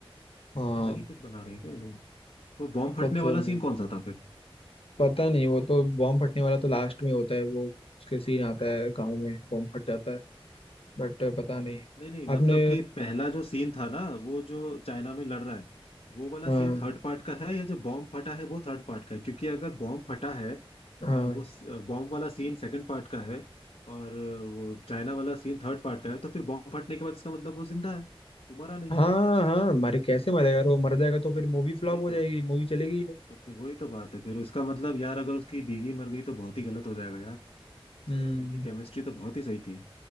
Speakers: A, on the left; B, on the left.
A: हाँ
B: अलग ही कुछ बना रहे हैं क्या ये लोग वो बॉम्ब फटने
A: पता
B: वाला
A: नहीं
B: सीन कौन सा था फिर
A: पता नहीं वो तो बॉम्ब फटने वाला तो लास्ट में होता है वो उसके सीन आता है गाँव में बॉम्ब फट जाता है बट पता नहीं
B: नहीं नहीं मतलब
A: आपने
B: कि पहला जो सीन था ना वो जो चाइना में लड़ रहा है वो वाला
A: हाँ
B: सीन थर्ड पार्ट का है या जो बॉम्ब फटा है वो थर्ड पार्ट का है क्योंकि अगर बॉम्ब फटा है
A: हाँ
B: और वो बॉम्ब वाला सीन सेकंड पार्ट का है और अ, वो चाइना वाला सीन थर्ड पार्ट का है तो फिर बॉम्ब फटने के बाद इसका मतलब वो जिंदा है वो मरा नहीं
A: हाँ हाँ मरे कैसे मरेगा यार वो मर जाएगा तो फिर मूवी फ्लॉप
B: वही
A: हो
B: तो
A: जाएगी मूवी चलेगी ही नहीं
B: तो फिर वही तो बात है फिर उसका मतलब यार अगर उसकी बीवी मर गई तो बहुत ही गलत हो जाएगा यार
A: हम्म
B: उनकी केमिस्ट्री तो बहुत ही सही थी